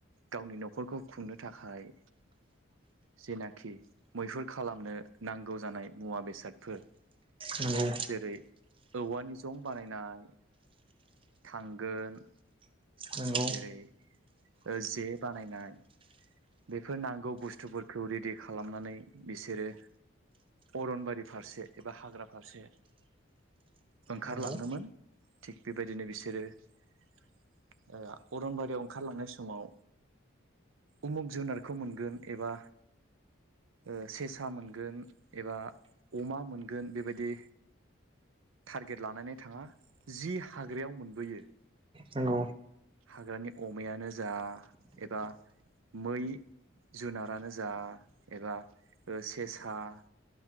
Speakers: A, on the right; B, on the right.
A: गावनि न'खरखौ खुंनो थाखाय जेनाखि मैहुर खालामनो नांगौ जानाय मुवा बेसादफोर
B: नंगौ
A: जेरै औवानि जं बानायनाय थांगोन
B: नंगौ
A: जेरै ओ जे बानायनाय बेफोर नांगौ बुस्थुफोरखौ रेडि खालामनानै बिसोरो अरनबारि फारसे एबा हाग्रा फारसे ओंखारलाङोमोन।
B: नंगौ
A: थिग बेबायदिनो बिसोरो ओ अरनबारियाव ओंखारलांनाय समाव उमुग जुनारखौ मोनगोन एबा ओ सेसा मोनगोन एबा अमा मोनगोन बेबायदि टारगेट लानानै थाङा जि हाग्रायाव मोनबोयो
B: नंगौ
A: हाग्रानि अमायानो जा एबा मै जुनारानो जा एबा सेसा ओ